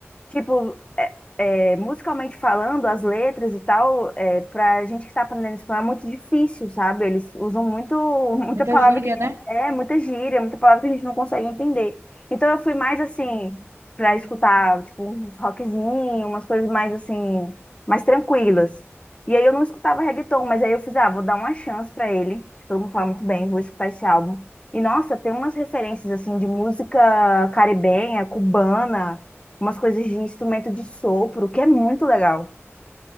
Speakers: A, on the left; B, on the right.
A: tipo é, musicalmente falando, as letras e tal, é, pra gente que tá aprendendo espanhol é muito difícil, sabe? Eles usam muito, <laughs> muita
B: Muita
A: palavra
B: gíria,
A: que
B: né?
A: é, muita gíria, muita palavra que a gente não consegue entender. Então eu fui mais assim, pra escutar, tipo, uns rockzinhos, umas coisas mais assim, mais tranquilas. E aí eu não escutava reggaeton, mas aí eu fiz, ah, vou dar uma chance pra ele. Todo mundo fala muito bem, vou escutar esse álbum. E nossa, tem umas referências assim de música caribenha, cubana umas coisas de instrumento de sopro, que é muito legal.